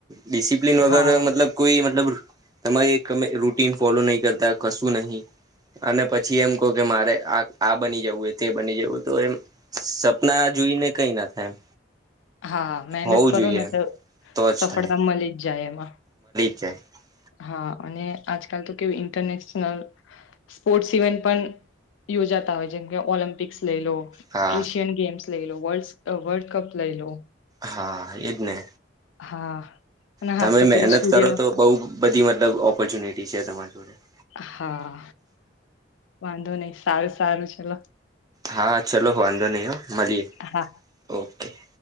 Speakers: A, on the right; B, on the left.
A: ડિસિપ્લિન વગર
B: હા
A: મતલબ કોઈ મતલબ તમારીમે રૂટીન ફોલો નહી કરતા કશું નહીિ અને પછી એમ કહ કે મારે આ આ બની જવું તે બની જવું તો એમ સપના જોઈને કઈ ના થાય એમ
B: હા મહેનત
A: હોવું
B: કરો
A: જોઈએ
B: ને
A: એમ
B: તો
A: તો જ
B: સફળતા
A: થાય
B: મળી જાય એમાં
A: <inaudible>
B: હા અને આજકાલ તો કેવું ઇન્ટરનેશનલ સ્પોર્ટ્સ ઇવેન્ટ પણ યોજાતા હોય જેમ કે ઓલિમ્પિક્સ લઈ લો
A: હા
B: એશિયન ગેમ્સ લઈ લો વલ્ વર્લ્ડ કપ લઈ લો
A: હા એજ ને
B: હા અને
A: તમે
B: હાલ તો
A: મહેનત
B: પેલો સૂર્ય
A: કરો તો બહુ બધી મતલબ ઓપોર્ચ્યુનિટી છે તમારી જોડે <inaudible>
B: હા વાંધો નહી સારું સારું ચલો
A: હા ચલો વાંધો નહી હો મળીએ
B: હા
A: ઓકે <inaudible>